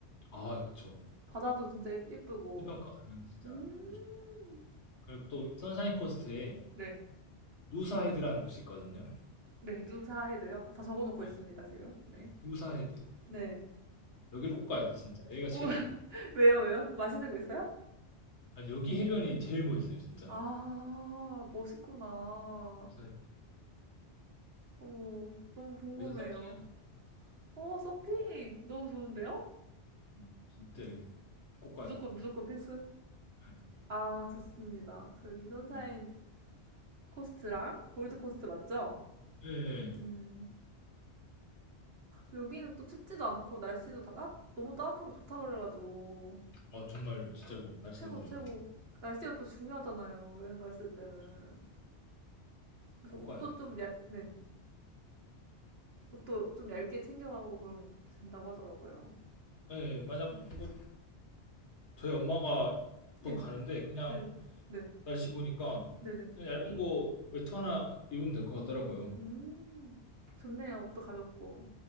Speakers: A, on the left; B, on the right.
A: 아, 그쵸.
B: 바다도 진짜 예- 예쁘고.
A: 해변가 가면 진짜
B: 음.
A: 너무 좋죠. 그리고 또 선샤인 코스트에
B: 네.
A: 누사헤드라는 곳이 있거든요.
B: 네, 누사해도요. 다 적어놓고
A: 네,
B: 있습니다, 지금. 네.
A: 음, 누사헤드
B: 네.
A: 여기를 꼭 가야 돼 진짜. 여기가 최고예요.
B: 오, <laughs> 왜요, 왜요? 맛있는 거 있어요?
A: 아니 여기 해변이 제일 멋있어요 진짜.
B: 아, 멋있구나.
A: 그래서
B: 어머, 너무 궁금해요.
A: 여기서 서핑해도 되고
B: 어, 서핑! 너무 좋은데요?
A: 음, 진짜 여기 꼭 가야
B: 무조건,
A: 돼.
B: 무조건 필수.
A: 네,
B: 아, 좋습니다. 저기 선샤인
A: 네.
B: 코스트랑 골드 코스트 맞죠?
A: 예, 예.
B: 음, 여기는 또 춥지도 않고 날씨도 다 따- 너무 따뜻하고 좋다 그래가지고
A: 어 정말 진짜 좋아요. 날씨
B: 최고
A: 너무
B: 최고
A: 좋아요.
B: 날씨가 또 중요하잖아요 여행 갔을 때는
A: 그쵸.
B: 그래서
A: 꼭
B: 옷도
A: 가야 돼.
B: 좀 얇, 네 옷도 좀 얇게 챙겨가고 그러면 된다고 하더라고요
A: 예, 예. 만약
B: 음.
A: 뭐 저희 엄마가 뭐
B: 예
A: 가는데 그냥
B: 네네 네
A: 날씨 보니까
B: 네네
A: 그냥 얇은 거 외투 하나 입으면 될 것 같더라고요.
B: 음 좋네요 옷도 가볍고